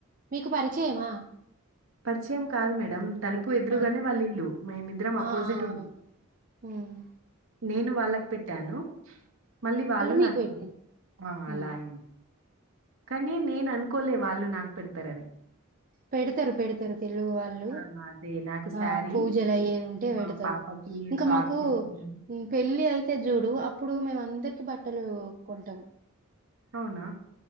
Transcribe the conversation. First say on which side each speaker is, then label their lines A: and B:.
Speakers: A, on the right; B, on the right.
A: మీకు పరిచయమా
B: పరిచయం కాదు మేడం తలుపు ఎదురుగానే
A: ఆ
B: వాళ్ళ ఇల్లు మేమిద్దరం అపోజిట్
A: ఆ ఆ
B: ఉంటం.
A: ఆ. ఉమ్
B: నేను వాళ్ళకు పెట్టాను మళ్ళీ వాళ్ళు
A: మీకు
B: నాకు
A: పెట్టిండ్రు
B: ఆ అలా
A: ఉమ్
B: అయింది. కానీ నేను అనుకోలే వాళ్ళు నాకు పెడతారని
A: పెడతరు పెడతరు తెలుగు వాళ్ళు
B: ఆ! అదే నాకు శారీ,
A: ఆ పూజలు అయ్యేవి ఉంటే
B: మా
A: పెడతరు
B: పాపకి
A: ఇంకా
B: ఫ్రాక్
A: మాకు
B: తీసుకున్నాను.
A: పెళ్ళి అయితే చూడు అప్పుడు మేమందర కి బట్టలు కొంటం
B: అవునా